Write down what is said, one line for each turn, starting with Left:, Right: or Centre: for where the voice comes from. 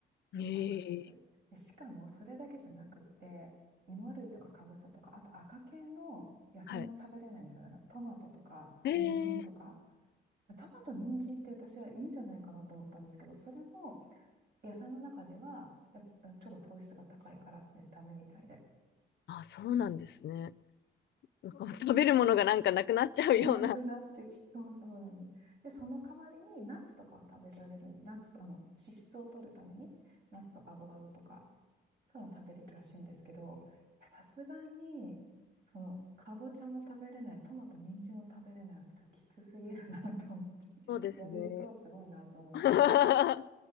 Right: 2、
Left: うん。
Right: 3ヶ月。
Left: ええ
Right: で、しかもそれだけじゃなくって、芋類とかかぼちゃとか、あと赤系の野菜も食べれないんですよ。
Left: はい。
Right: なんかトマトとか、
Left: ええ
Right: 人参とか。トマト、人参って私はいいんじゃないかなと思ったんですけど、それも野菜の中では、やっぱちょっと糖質が高いからね、ダメみたいで。
Left: あ、そうなんですね。こう食べるものがなんかなくなっちゃうような、
Right: <laughs> なくなってき、そうそうなんです。で、その代わりにナッツとかは食べられる、ナッツとあの脂質を取るために、ナッツとかアボカドとか、そういうの食べれるらしいんですけど、いやさすがに、その、かぼちゃも食べれない、トマト、人参も食べれない、ちょっときつすぎるなと思って、
Left: そうですね。
Right: やる人はすごいなと思いました。
Left: <laughs>